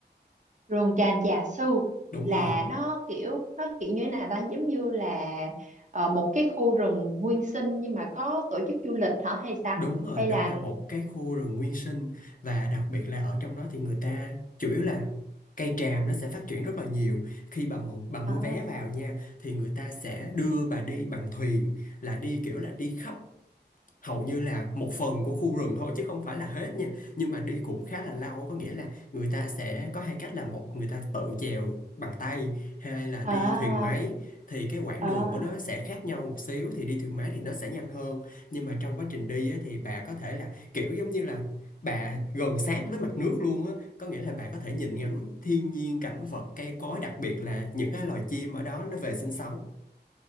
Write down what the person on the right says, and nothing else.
Rừng tràm già su
Là
nó kiểu Nó kiểu như thế nào ta giống như là ờ, Một cái khu rừng nguyên sinh Nhưng mà có tổ chức du lịch hả hay sao
Hay
là
ờ,
ờ,
ờ.